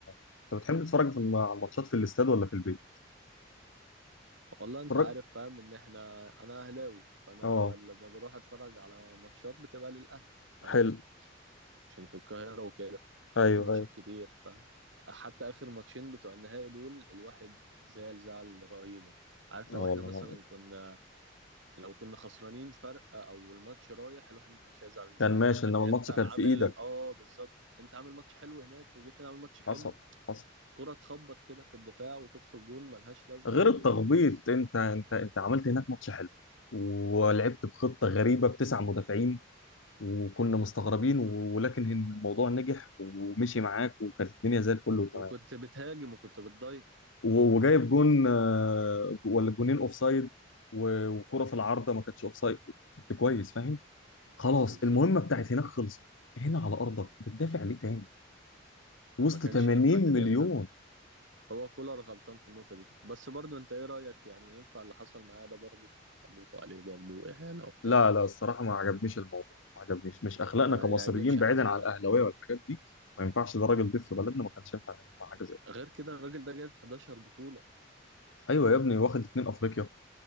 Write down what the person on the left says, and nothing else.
انت بتحب تتفرج في الم- على الماتشات في الاستاد ولا في البيت؟
اتفرج
اه
حلو
ايوه
ايوه
اه والله
العظيم
كان ماشي
انما
الماتش
كان في ايدك
حصل حصل
غير
التخبيط
انت انت انت عملت هناك ماتش حلو ولعبت بخطه غريبه بتسع مدافعين وكنا مستغربين و- ولكن هن- الموضوع نجح ومشي معاك وكانت الدنيا زي الفل وتمام
و- وجايب جون آه، ولا جونين اوف سايد وكره في العارضه ما كانتش اوف سايد كنت كويس فاهم خلاص
المهمه بتاعت هناك خلصت هنا على ارضك بتدافع ليه تاني وسط
80
مليون
لا لا الصراحة ما عجبنيش الموضوع ما عجبنيش مش أخلاقنا
كمصريين
بعيدا عن
الأهلاوية والحاجات دي ما ينفعش ده راجل ضيف في بلدنا ما كانش ينفع نعمل معاه حاجة زي كده
أيوة يا ابني واخد اتنين أفريقيا